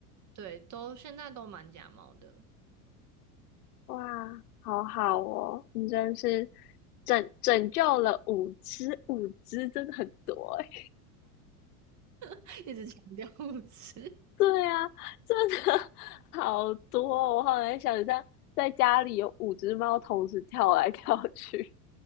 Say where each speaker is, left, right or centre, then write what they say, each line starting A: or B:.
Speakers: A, on the right; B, on the left.
A: 对，都现在都蛮假猫的，
B: 哇，好好哦，你真是拯拯救了五只，五只真的很多哎。
A: <laughs> 一直强调物质。
B: <laughs> 对啊，真的 <laughs> 好多哦我好难想象在家里有五只猫同时跳来跳去，